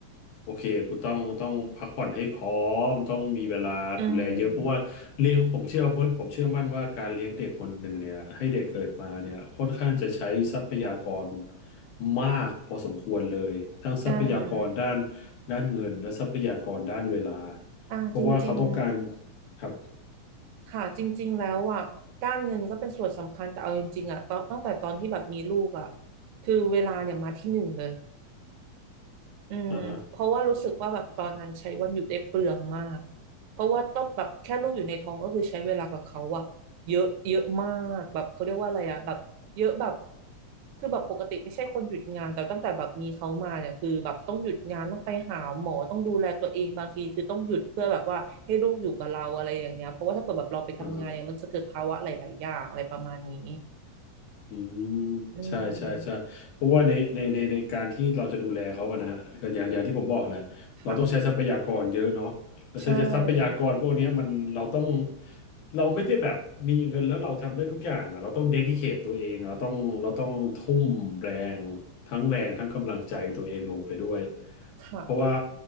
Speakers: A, on the left (about 80°); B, on the right (about 75°).
A: โอเคคุณต้องต้องพักผ่อนให้พร้อมต้องมีเวลาดูแลเยอะเพราะว่าเลี้ยงผมเชื่อผมเชื่อมั่นว่าการเลี้ยงเด็กคนหนึ่งเนี่ยให้เด็กเกิดมาเนี่ยค่อนข้างจะใช้ทรัพยากร
B: อืม
A: มากพอสมควรเลยทั้งทรัพยากรด้าน
B: อ่า
A: ด้านเงินและทรัพยากรด้านเวลา
B: อ่าจริง
A: เพราะว่าเขาต้องการครับ
B: ๆค่ะจริงๆแล้วอ่ะด้านเงินก็เป็นส่วนสำคัญแต่เอาจริงๆอ่ะตอนตั้งแต่ตอนที่แบบมีลูกอ่ะคือเวลาเนี่ยมาที่หนึ่งเลย อืมเพราะว่ารู้สึกว่าแบบตอนนั้นใช้วันหยุดได้เปลืองมาก
A: อ่าฮะ
B: เพราะว่าต้องแบบแค่ลูกอยู่ในท้องก็คือใช้เวลากับเขาอะเยอะเยอะมากแบบเขาเรียกว่าอะไรอะแบบเยอะแบบคือแบบปกติไม่ใช่คนหยุดงานแต่ตั้งแต่แบบมีเขามาเนี่ยคือแบบต้องหยุดงานต้องไปหาหมอต้องดูแลตัวเองบางทีคือต้องหยุดเพื่อแบบว่าให้ลูกอยู่กับเราอะไรอย่างเงี้ยเพราะว่าถ้าเปิดแบบเราไปทำงานเนี่ยมันจะเกิดภาวะหลายๆอย่างอะไรประมาณนี้
A: อ๋อ อืม
B: อืม
A: ใช่ใช่ใช่เพราะว่าในในในในการที่เราจะดูแลเขาอะนะก็อย่างอย่างที่ผมบอกแหละเราต้องใช้ทรัพยากรเยอะเนาะแล้วใช้ทรัพยากรพวกเนี้ยมันเราต้อง
B: ค่ะใช่
A: เราไม่ได้แบบมีเงินแล้วเราทำได้ทุกอย่างอะเราต้องเดดิเคทตัวเองเราต้องเราต้องทุ่มแรงทั้งแรงทั้งกำลังใจตัวเองลงไปด้วย
B: ค่ะ
A: เพราะว่า